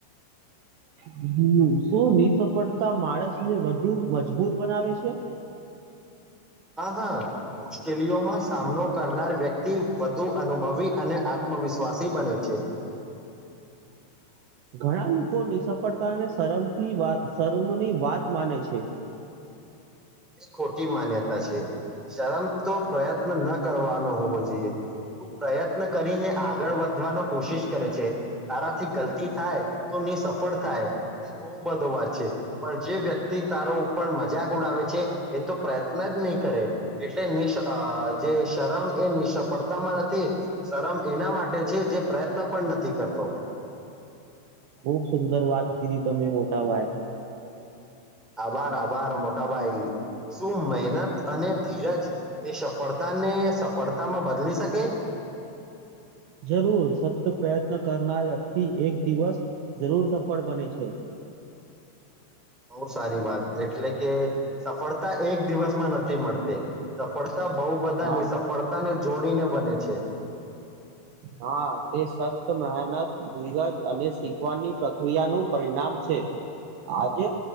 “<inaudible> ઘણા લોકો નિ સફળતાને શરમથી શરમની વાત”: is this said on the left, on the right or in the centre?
Right